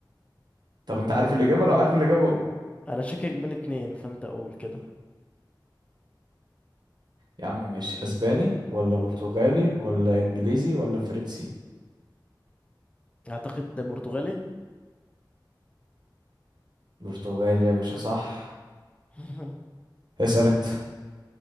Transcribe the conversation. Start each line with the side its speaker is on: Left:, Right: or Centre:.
Right: طب انت عارف الاجابة لو عارف الاجابة قول
Left: انا شاكك بين اتنين فانت قول كده
Right: يا عم ماشي اسباني ولا برتغالي ولا انجليزي ولا فرنسي
Left: اعتقد ده برتغالي
Right: برتغالي يا باشا صح
Left: <laughs>
Right: اسأل انت